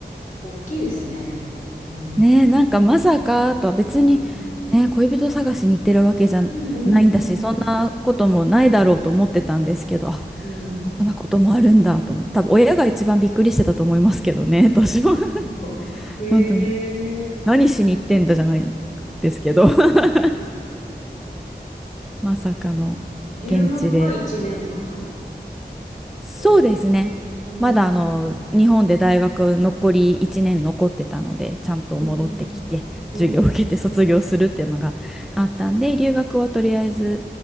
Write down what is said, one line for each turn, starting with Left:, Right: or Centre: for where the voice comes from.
Left: 大きいですね。うん。
Centre: ねえ、なんかまさかとは別に、
Left: うん、
Centre: ねえ、恋人探しに行ってるわけじゃないんだし、
Left: うん、うん。
Centre: そんなこともないだろうと思ってたんですけど、あ、
Left: うん
Centre: こんなこともあるんだと思って、多分親が一番びっくりしてたと思いますけどね、<laughs> 私は。<laughs>
Left: よ。ええ
Centre: 本当に。何しに行ってんだじゃないですけど、<laughs> まさかの現地で。
Left: 留学は1年間
Centre: そうですね。
Left: どれ、うん、
Centre: まだあの日本で大学残り1年残ってたのでちゃんと戻ってきて授業を受けて卒業するっていうのがあったんで留学はとりあえず
Left: うん、うん、